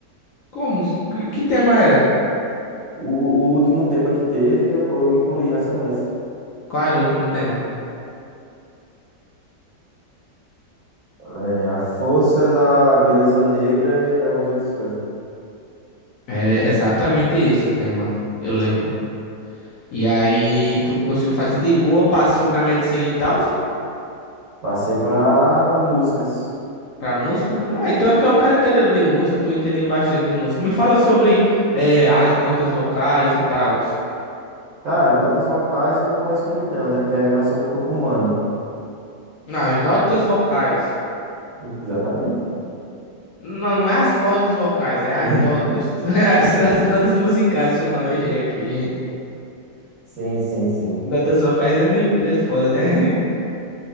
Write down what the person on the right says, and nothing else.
O, o último tema que teve, eu, co- eu incluí Racionais.
É, a força da beleza negra e algumas outras coisas.
Passei para músicas.
Cara, notas vocais eu não conheço muito não, né? Porque aí é mais sobre o corpo humano.
Exatamente.
<laughs>
Sim, sim, sim. Com